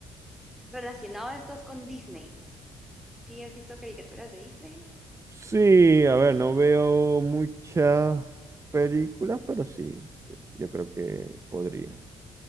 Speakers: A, in the centre; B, on the right.
A: relacionado estás con Disney? ¿Sí has visto caricaturas de Disney?
B: Sí, a ver, no veo muchas películas, pero sí, sí, yo creo que podría.